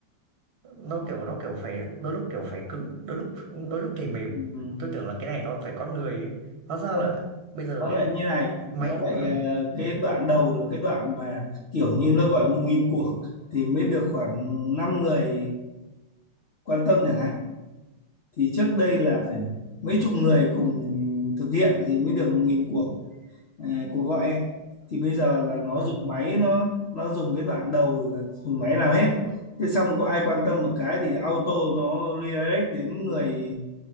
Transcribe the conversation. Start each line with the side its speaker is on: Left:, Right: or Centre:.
Right: nó kiểu nó kiểu phải đôi lúc kiểu phải cứng, đôi lúc đôi lúc thì mềm.
Left: ừ.
Right: Tôi tưởng là cái này nó phải con người ấy. Hóa ra
Left: Không,
Right: là bây giờ
Left: nó lại như này
Right: máy
Left: nó
Right: nó
Left: lại
Right: cũng làm.
Left: ờ,
Right: Ừ,
Left: cái đoạn đầu là cái đoạn mà kiểu như nó gọi một nghìn cuộc thì mới được khoảng 5 người quan tâm chẳng hạn thì trước đây là phải mấy chục người cùng thực hiện thì mới được nghìn cuộc ờ, cuộc gọi ấy. thì bây giờ là nó
Right: ừ,
Left: dùng máy nó nó dùng cái đoạn đầu là dùng máy làm hết thế xong có ai quan tâm một cái thì auto nó redirect đến người